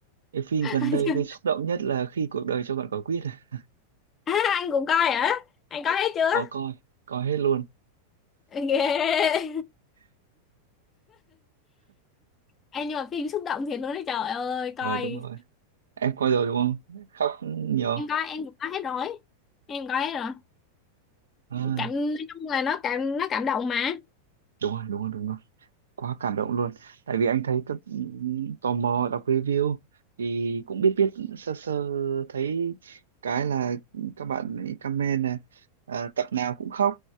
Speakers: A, on the right; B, on the left.
A: cái phim
B: <laughs>
A: gần
B: Coi
A: đây
B: chưa?
A: gây xúc động nhất là khi cuộc đời cho bạn quả quýt à.
B: à, anh cũng coi hả anh coi hết chưa
A: có coi coi hết luôn
B: ghê em nhưng mà phim xúc động thì luôn đấy trời ơi
A: ờ
B: coi
A: đúng rồi em coi rồi đúng không khóc nhiều
B: em coi em cũng coi hết rồi em coi hết rồi
A: à,
B: cảm nói chung là nó cảm nó cảm động mà
A: đúng rồi đúng rồi đúng rồi quá cảm động luôn tại vì anh thấy các ừ, tò mò đọc review thì cũng biết biết sơ sơ thấy cái là các bạn ấy comment là à, tập nào cũng khóc